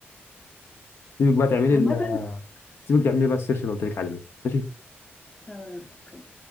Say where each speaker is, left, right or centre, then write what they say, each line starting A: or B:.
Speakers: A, on the left; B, on the left.
A: سيبك بقى تعملي
B: عامة
A: ال... سيبك تعملي بقى السيرش اللي قلت لك عليه ماشي
B: تمام اوكي